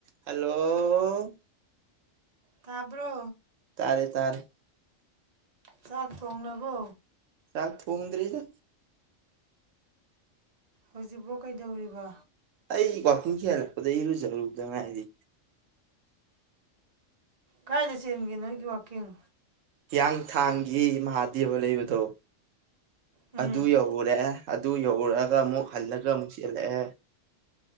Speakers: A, on the right (about 75°); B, on the right (about 40°).
A: hello
B: ꯇꯥꯕ꯭ꯔꯣ
A: ꯇꯥꯔꯦ ꯇꯥꯔꯦ
B: ꯆꯥꯛ ꯊꯣꯡꯂꯥꯕꯣ
A: ꯆꯥꯛ ꯊꯣꯡꯗ꯭ꯔꯤꯗ
B: ꯍꯧꯖꯤꯛꯐꯥꯎ ꯀꯩꯗꯧꯔꯤꯕ
A: ꯑꯩ ꯋꯥꯛꯀꯤꯡ ꯆꯦꯟ ꯍꯦꯜꯂꯛꯄꯗ ꯏꯔꯨꯖꯔꯨꯗ ꯉꯥꯏꯔꯤ
B: ꯀꯗꯥꯏꯗ ꯆꯦꯟꯒꯦ ꯅꯣꯒꯤ ꯋꯥꯛꯀꯤꯡ
A: ꯍꯤꯌꯥꯡꯊꯥꯡꯒꯤ ꯃꯍꯥꯗꯦꯕ ꯂꯩꯕꯗꯣ
B: ꯎꯝ
A: ꯑꯗꯨ ꯌꯧꯔꯨꯔꯦ ꯑꯗꯨ ꯌꯧꯔꯨꯔꯒ ꯑꯃꯨꯛ ꯍꯜꯂꯒ ꯑꯃꯨꯛ ꯆꯦꯜꯂꯛꯑꯦ